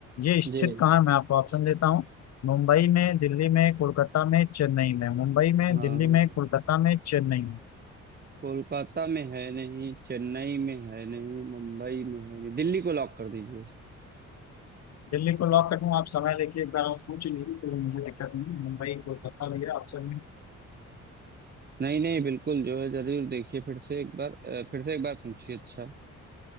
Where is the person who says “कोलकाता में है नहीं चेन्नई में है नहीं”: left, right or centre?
Right